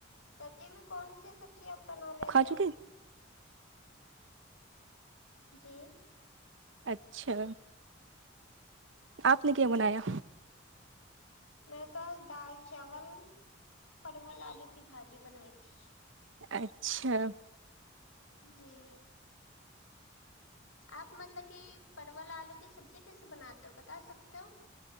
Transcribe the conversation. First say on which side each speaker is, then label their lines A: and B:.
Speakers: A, on the left; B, on the right.
A: سبزی میں کون سےی سبزی اب بنا لیتے
B: کھا چکے
A: ہو جی
B: اچھا آپ نے کیا بنایا
A: میں تو آج دال چاول پرول آلو کی بھجی بنائی تھی
B: اچھا
A: جی آپ مطلب کہ پرول آلو کی سبزی کیسے بناتے ہو بتا سکتے ہو